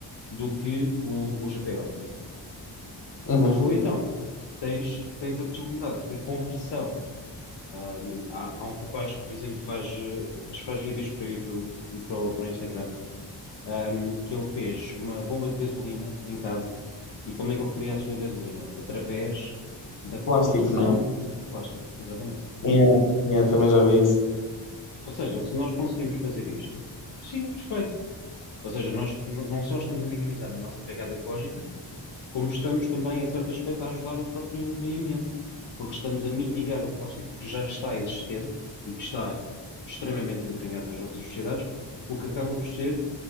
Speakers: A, on the left; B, on the left.
A: do que o, o GPL, por exemplo.
B: uhum.
A: Ou então, tens, tens a possibilidade da conversão. Hum, há, há um rapaz, por exemplo, faz, eh, acho que faz vídeos para o YouTube e para o, para o Instagram um, que ele fez uma bomba de gasolina em casa. E como é que ele cria a sua gasolina? Através da conversão
B: Plástico, não
A: de plástico, exatamente.
B: é? Yeah, yeah, também já vi isso.
A: Ou seja, se nós conseguimos fazer isto, sim, perfeito. Ou seja, nós n- não só estamos a minimizar a nossa pegada ecológica, como estamos também, em certo aspecto, a ajudar o próprio meio ambiente, porque estamos a mitigar o plástico que já está existente e que está extremamente entranhado nas nossas sociedades, o que acaba por ser,